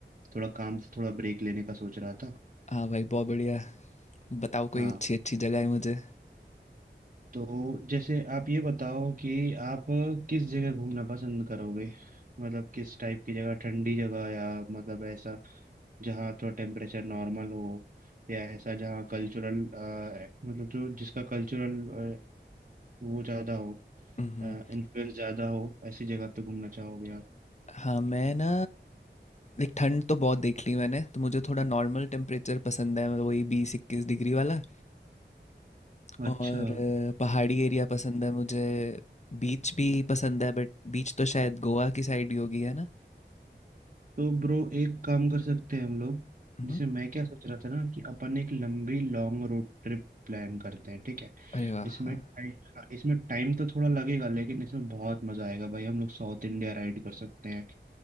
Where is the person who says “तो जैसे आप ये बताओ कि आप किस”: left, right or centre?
Right